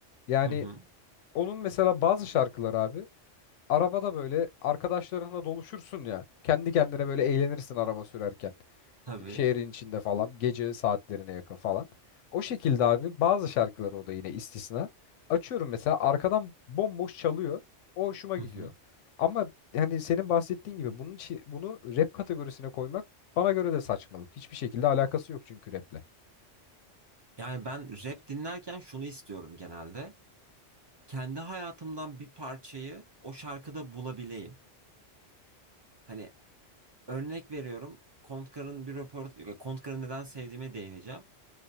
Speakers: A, on the left (about 80°); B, on the right (about 40°).
A: Yani
B: Hı hı.
A: onun mesela bazı şarkılar abi arabada böyle arkadaşlarınla doluşursun ya. Kendi kendine böyle eğlenirsin araba sürerken
B: tabii.
A: şehrin içinde falan gece saatlerine yakın falan. O şekilde abi bazı şarkıları o da yine istisna. Açıyorum mesela arkadan bomboş çalıyor. O hoşuma
B: Hı
A: gidiyor.
B: hı.
A: Ama hani senin bahsettiğin gibi bunun için bunu rap kategorisine koymak bana göre de saçmalık. Hiçbir şekilde alakası yok çünkü raple.
B: Yani ben rap dinlerken şunu istiyorum genelde. Kendi hayatımdan bir parçayı o şarkıda bulabileyim. Hani örnek veriyorum. Kontkar'ın bir röportaj, Kontkar'ı neden sevdiğime değineceğim.